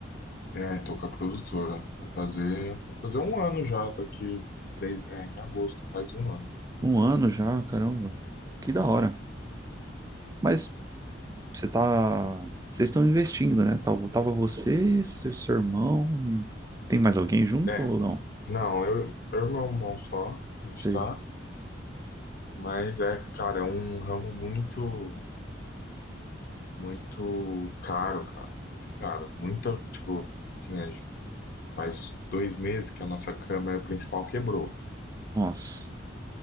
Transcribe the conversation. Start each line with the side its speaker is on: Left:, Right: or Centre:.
Left: É, tô com a produtora. Vai fazer, vai fazer um ano já, daqui três, é, em agosto faz um ano.
Right: Um ano já, caramba. Que da hora. Mas você tá, vocês estão investindo, né? Tava, tava você, seu, seu irmão e tem mais alguém junto
Left: É,
Right: ou não?
Left: não, eu, eu e meu irmão só, a gente
Right: Sei.
Left: tá, mas é, cara, é um ramo muito, muito caro, cara, muito caro. Muita, tipo, que nem a gente faz dois meses que a nossa câmera principal quebrou.
Right: Nossa.